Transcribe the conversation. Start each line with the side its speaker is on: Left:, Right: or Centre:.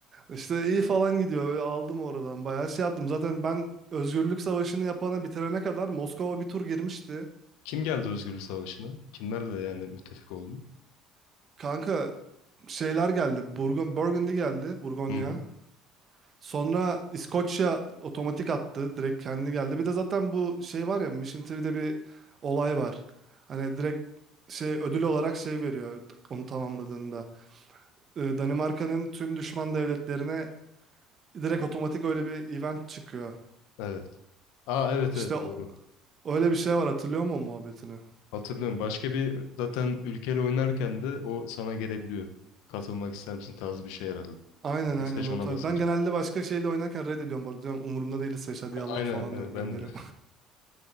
Right: İşte iyi falan gidiyor. Böyle aldım oradan. Bayağı şey yaptım. Zaten ben Özgürlük Savaşı'nı yapana bitirene kadar Moskova bir tur girmişti.
Left: Kim geldi Özgürlük Savaşı'na? Kimlerle yani müttefik oldun?
Right: Kanka şeyler geldi. Burgun, Burgundy geldi. Burgonya.
Left: Hı hı.
Right: Sonra İskoçya otomatik attı. Direkt kendi geldi. Bir de zaten bu şey var ya Mission Tree'de bir olay var. Hani direkt şey ödül olarak şey veriyor onu tamamladığında. Ee, Danimarka'nın tüm düşman devletlerine direkt otomatik öyle bir event çıkıyor.
Left: Evet. Aa evet
Right: İşte
Left: evet
Right: o-
Left: doğru.
Right: öyle bir şey var hatırlıyor musun muhabbetini?
Left: Hatırlıyorum. Başka bir zaten ülkeyle oynarken de o sana gelebiliyor. Katılmak ister misin tarzı bir şey herhalde.
Right: Aynen
Left: Yani
Right: aynen
Left: İsveç
Right: o
Left: ona
Right: tarz.
Left: basınca.
Right: Ben genelde başka şeyle oynarken reddediyorum bu arada diyorum umurumda değil İsveç hadi
Left: <laughs>
Right: yallah
Left: Aynen
Right: falan
Left: evet
Right: diyorum
Left: ben
Right: gönderiyorum.
Left: de.